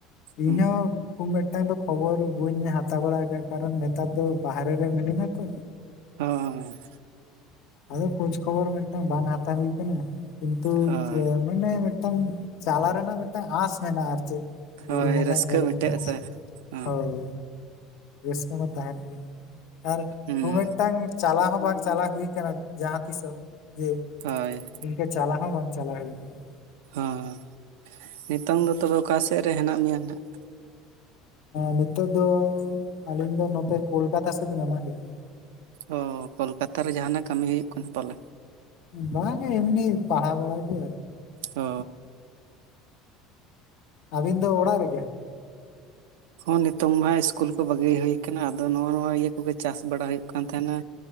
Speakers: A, on the right (about 90°); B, on the left (about 70°).
A: ᱦᱩᱸ
B: ᱤᱧᱦᱚᱸ ᱠᱷᱩᱵ ᱢᱤᱫᱴᱟᱝ ᱫᱚ ᱠᱷᱚᱵᱚᱨ ᱵᱟᱹᱧ ᱦᱟᱛᱟᱣ ᱵᱟᱲᱟ ᱟᱠᱟᱫᱟ ᱠᱟᱨᱚᱱ ᱱᱮᱛᱟᱨ ᱫᱚ ᱵᱟᱦᱨᱮ ᱨᱮ ᱢᱤᱱᱟᱹᱧᱟ ᱛᱚ
A: ᱦᱚᱸ
B: ᱟᱫᱚ ᱠᱷᱳᱡᱽ ᱠᱷᱚᱵᱚᱨ ᱢᱤᱫᱴᱟᱝ ᱵᱟᱝ ᱦᱟᱛᱟᱣ ᱦᱩᱭ ᱠᱟᱱᱟ ᱠᱤᱱᱛᱩ
A: ᱦᱳᱭ
B: ᱡᱮ ᱢᱟᱱᱮ ᱢᱤᱫᱴᱟᱝ ᱪᱟᱞᱟ ᱨᱮᱱᱟᱜ ᱢᱤᱫᱴᱟᱝ ᱟᱸᱥ ᱢᱮᱱᱟᱜᱼᱟ ᱟᱨ ᱪᱮᱫ ᱵᱩᱨᱩ
A: ᱦᱳᱭ
B: ᱵᱚᱸᱜᱟ
A: ᱨᱟᱹᱥᱠᱟᱹ
B: ᱧᱮᱞ
A: ᱢᱤᱫᱴᱮᱡ
B: ᱨᱮᱱᱟᱜ
A: ᱥᱮ ᱦᱚᱸ
B: ᱦᱳᱭ ᱨᱟᱹᱥᱠᱟᱹ ᱢᱟ ᱛᱟᱦᱮᱱ ᱜᱮ ᱟᱨ
A: ᱦᱩᱸ
B: ᱠᱷᱩᱵ ᱢᱤᱫᱴᱟᱝ ᱪᱟᱞᱟ ᱦᱚᱸ ᱵᱟᱝ ᱪᱟᱞᱟ ᱦᱩᱭ ᱟᱠᱟᱱᱟ ᱡᱟᱦᱟᱸ ᱛᱤᱥᱚᱜ ᱡᱮ
A: ᱦᱳᱭ
B: ᱚᱱᱛᱮ ᱪᱟᱞᱟ ᱦᱚᱸ ᱵᱟᱝ ᱪᱟᱞᱟ ᱦᱩᱭ ᱟᱠᱟᱱᱟ
A: ᱦᱮᱸ ᱱᱤᱛᱚᱝ ᱫᱚ ᱛᱚᱵᱮ ᱚᱠᱟ ᱥᱮᱫ ᱨᱮ ᱦᱮᱱᱟᱜ ᱢᱮᱭᱟ ᱱᱟᱦᱟᱜ
B: ᱱᱤᱛᱳᱜ ᱫᱚ ᱟᱹᱞᱤᱧ ᱫᱚ ᱱᱚᱛᱮ ᱠᱳᱞᱠᱟᱛᱟ ᱥᱮᱫ ᱢᱮᱱᱟᱜ ᱞᱤᱧᱟ
A: ᱚ ᱠᱳᱞᱠᱟᱛᱟ ᱨᱮ ᱡᱟᱦᱟᱸᱱᱟᱜ ᱠᱟᱹᱢᱤ ᱦᱩᱭᱩᱜ ᱠᱟᱱᱟ ᱯᱟᱞᱮ
B: ᱵᱟᱝᱼᱟ ᱮᱢᱱᱤ ᱯᱟᱲᱦᱟ ᱵᱟᱲᱟ ᱜᱮ
A: ᱚ
B: ᱟᱹᱵᱤᱱ ᱫᱚ ᱚᱲᱟᱜ ᱨᱮᱜᱮ
A: ᱦᱚᱸ ᱱᱤᱛᱚᱝ ᱢᱟ ᱤᱥᱠᱩᱞ ᱠᱚ ᱵᱟᱹᱜᱤ ᱦᱩᱭ ᱟᱠᱟᱱᱟ ᱟᱫᱚ ᱱᱚᱣᱟ ᱱᱚᱣᱟ ᱤᱭᱟᱹ ᱠᱚᱜᱮ ᱪᱟᱥ ᱵᱟᱲᱟ ᱦᱩᱭᱩᱜ ᱠᱟᱱ ᱛᱟᱦᱮᱱᱟ